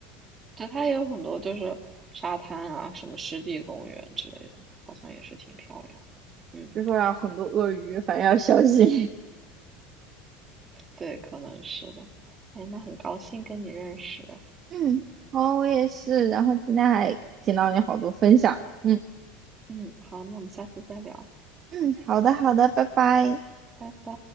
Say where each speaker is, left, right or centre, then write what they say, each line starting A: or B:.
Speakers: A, on the right (about 30°); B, on the right (about 45°).
A: 对，它也有很多就是沙滩啊，什么湿地公园之类的，好像也是挺漂亮的。嗯，
B: 就说要很多鳄鱼，反正要小心。
A: 对，可能是的。哎，那很高兴跟你认识。
B: <laughs> 嗯，好，我也是。然后今天还听到你好多分享。嗯
A: 嗯，好，那我们下次再聊，
B: 嗯，好的好的，拜拜。
A: 拜拜。